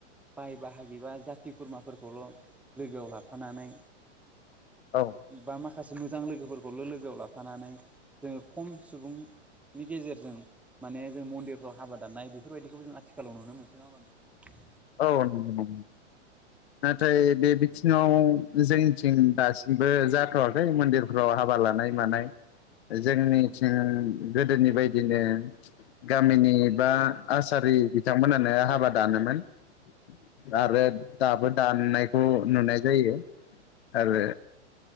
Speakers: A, in the centre; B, on the left.
A: बाय बाहाग बिबा जाथि खुरमाफोरखौल' लोगोआव लाफानानै
B: औ
A: बा माखासे मोजां लोगोफोरखौल लोगोआव लाफानानै जोङो खम सुबुं नि गेजेरजों माने जों मन्दिरफ्राव हाबा दाननाय बेफोरबायदिखौ जों आथिखालाव नुनो मोनसै नाबा नों
B: औ नंगौ नाथाय बे बिथिङाव जोंनिथिं दासिमबो जाथ'वाखै मन्दिरफ्राव हाब हाबा लानाय मानाय जोंनिथिं गोदोनि बायदिनो गामिनि बा आसार बि बिथांमोनानो हाबा दानोमोन आरो दाबो दाननायखौ नुनाय जायो आरो